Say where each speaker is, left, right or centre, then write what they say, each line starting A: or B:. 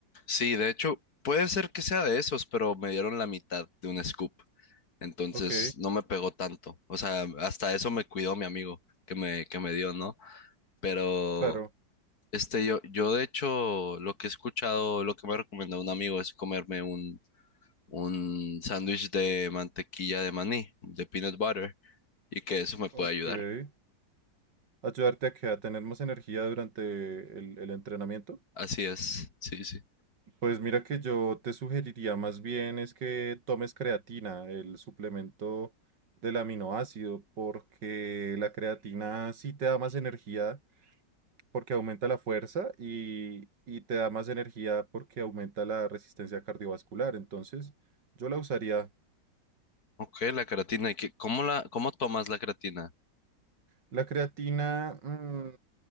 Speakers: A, on the left; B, on the right.
A: Sí, de hecho, puede ser que sea de esos, pero me dieron la mitad de un scoop. Entonces
B: Ok,
A: no me pegó tanto. O sea, hasta eso me cuidó mi amigo que me, que me dio, ¿no? Pero
B: claro,
A: este, yo, yo de hecho, lo que he escuchado, lo que me recomendó un amigo es comerme un, un sándwich de mantequilla de maní, de peanut butter, y que eso me puede
B: ok.
A: ayudar.
B: Ayudarte a que a tener más energía durante el, el entrenamiento.
A: Así es, sí, sí.
B: Pues mira que yo te sugeriría más bien es que tomes creatina, el suplemento del aminoácido, porque la creatina sí te da más energía porque aumenta la fuerza y, y te da más energía porque aumenta la resistencia cardiovascular. Entonces, yo la usaría.
A: Ok, la creatina. ¿Y qué- cómo la, cómo tomas la creatina?
B: La creatina, mm,